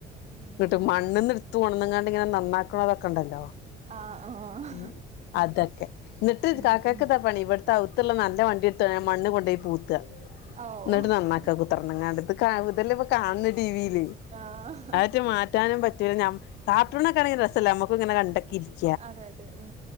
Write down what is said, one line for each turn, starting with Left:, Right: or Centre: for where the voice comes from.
Right: ഉം
Left: ന്നിട്ട് മണ്ണണ്ന്ന് എടുത്ത കൊണ്ടന്നങ്ങാണ്ട് ഇങ്ങനെ നന്നാക്കണതൊക്കെ ഉണ്ടല്ലോ
Right: ആഹ് ആഹ്
Left: ഉം അതക്കെ എന്നിട്ട്
Right: ഉം
Left: കാക്കാക്കിത
Right: ഉം
Left: പണി ഇവിടുത്തെ അവ്ത്തുള്ള നല്ല വണ്ടി എടുത്തോണ്ട് മണ്ണ് കൊണ്ട് പോയി പൂത്ത്ക
Right: ഓഹ്
Left: ന്നിട്ട് നന്നാക്കാ കു <unintelligible> ങ്ങാണ്ടത് ഇതല്ലെ ഇപ്പ കാണുന്ന ടി വില്
Right: ആഹ്
Left: ന്നട്ട് മാറ്റാനും പറ്റൂല്ല ഞമ് കാർട്ടൂണൊക്കെയാണെങ്കിൽ രസല്ലെ നമ്മുക്കും ഇങ്ങെനെ കണ്ടെക്കെയിരിക്കാം
Right: അതെ അതെ ഉം